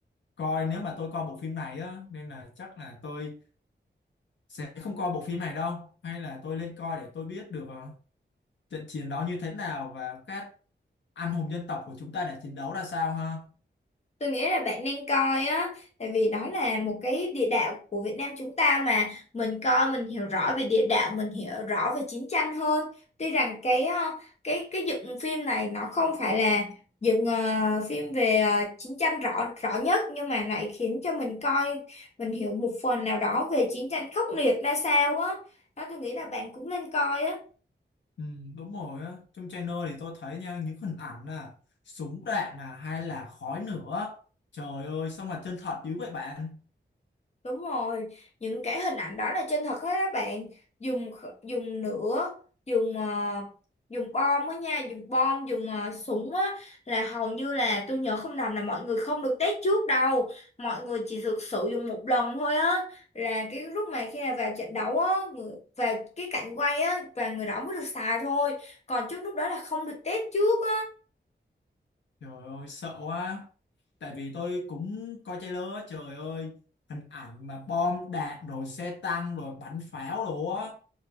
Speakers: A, on the left; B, on the left.
A: coi nếu mà tôi coi bộ phim này á nên là chắc là tôi sẽ không coi bộ phim này đâu hay là tôi lên coi để tôi biết được ờ, trận chiến đó như thế nào và các anh hùng dân tộc của chúng ta đã chiến đấu ra sao ha
B: tôi nghĩ là bạn nên coi á tại vì đó là một cái địa đạo của Việt Nam chúng ta mà mình coi mình hiểu rõ về địa đạo mình hiểu rõ về chiến tranh hơn tuy rằng cái ờ, cái cái dựng phim này nó không phải là dựng ờ, phim về ờ, chiến tranh rõ rõ nhất nhưng mà lại khiến cho mình coi mình hiểu một phần nào đó về chiến tranh khốc liệt ra sao á đó tôi nghĩ là bạn cũng nên coi á
A: Ừ, đúng rồi á trong channel thì tôi thấy nha những hình ảnh là súng đạn là hay là khói nữa trời ơi sao mà chân thật dữ vậy bạn
B: Đúng rồi, những cái hình ảnh đó là chân thật hết các bạn. Dùng kh- dùng lửa, dùng ờ, dùng bom á nha, dùng bom, dùng ờ, súng á là hầu như là tôi nhớ không lầm là mọi người không được test trước đâu. Mọi người chỉ thực sự dùng một lần thôi á. Là cái lúc mà khi nào vào trận đấu á, người- vào cái cảnh quay á và người đó mới được xài thôi. Còn trước lúc đó là không được test trước
A: trời ơi sợ quá tại vì tôi cũng coi trailer á trời ơi hình ảnh mà bom đạn rồi xe tăng rồi bắn pháo đồ á